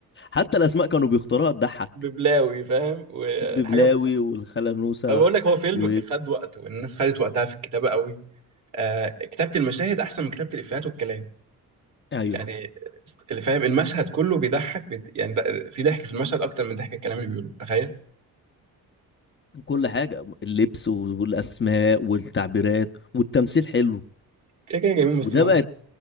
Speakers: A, on the left; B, on the right.
A: حتى الاسماء كانوا بيختاروها تضحك
B: ببلاوي فاهم وحاجه
A: ببلاوي
B: بت...
A: والخاله نوسه
B: فبقول لك هو فيلم
A: و
B: خد وقته الناس خدت وقتها في الكتابه قوي آه كتابه المشاهد احسن من كتابه الافيهات والكلام
A: ايوه
B: يعني است- اللي فاهم المشهد كله بيضحك بيد... يعني ده... في ضحك في المشهد اكتر من ضحك الكلام اللي بيقوله تخيل
A: كل حاجة اللبس والأسماء والتعبيرات والتمثيل حلو
B: كده كده جايبين من الصناعه
A: وده بقت